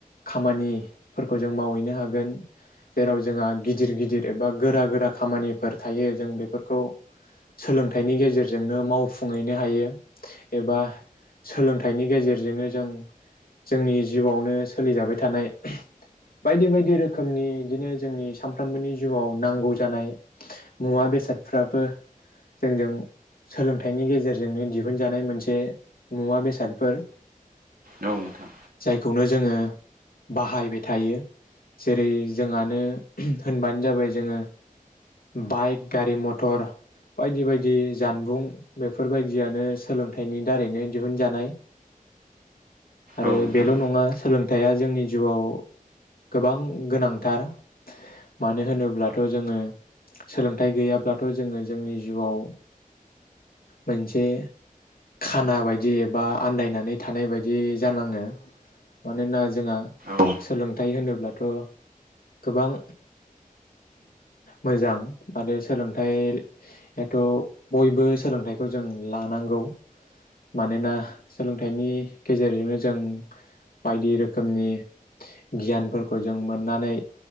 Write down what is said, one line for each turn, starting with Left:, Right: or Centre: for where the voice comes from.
Left: खामानिफोरखौ जों मावहैनो हागोन जेराव जोंहा गिदिर गिदिर एबा गोरा गोरा खामानिफोर थायो जों बेफोरखौ सोलोंथाइनि गेजेरजोंनो मावफुंहैनो हायो एबा सोलोंथाइनि गेजेरजोंनो जों जोंनि जिउवावनो सोलिजाबाय थानाय बायदि बायदि रोखोमनि बिदिनो जोंनि सानफ्रोमबोनि जिउवाव नांगौ जानाय मुवा बेसादफ्राबो जोंजों सोलोंथाइनि गेजेरजोंनो दिहुनजानाय मोनसे मुवा बेसादफोर।
Right: औ नोंथां
Left: जायखौनो जोङो बाहायबाय थायो जेरै जोंहानो होनबानो जाबाय जोङो बाइक गारि मथर बायदि बायदि जानबुं बेफोर बायदियानो सोलोंथाइनि दारैनो दिहुनजानाय। आरो
Right: औ नोंथां
Left: बेल नङा सोलोंथाइया जोंनि जिउवाव गोबां गोनांथार। मानो होनोब्लाथ जोङो सोलोंथाइ गैयाब्लाथ जोङो जोंनि जिउआव मोनसे खाना बायदि एबा आन्दायनानै थानाय बायदि जानाङो। मानोना जोंहा
Right: औ
Left: सोलोंथाइ होनोब्ला थ' गोबां मोजां आरो सोलोंथायाथ' बयबो सोलोंथाइखौ जों लानांगौ मानोना सोलोंथाइनि गेजेरजोंनो जों बायदि रोखोमनि गियानफोरखौ जों मोननानै